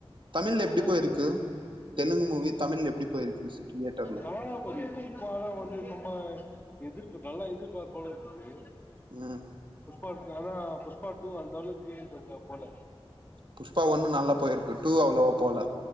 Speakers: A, on the right; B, on the left.
A: தமிழ்ல எப்டி
B: தெலுங்கி
A: போயிருக்கு தெலுங்கு மூவி தமிழ்ல எப்டி போயிருக்கு தியேட்டர்ல
B: நல்லாதா போது புஷ்பால்லா வந்து சும்மா எதிர்ப்பு நல்லா எதிர்பார்ப்போட இருந்தது
A: ம்
B: பாக்கு ஆனா புஷ்பா டூ அந் <unintelligible> போல
A: புஷ்பா ஒன்னு நல்லா போயிருக்கு டூ அவ்ளோவா போல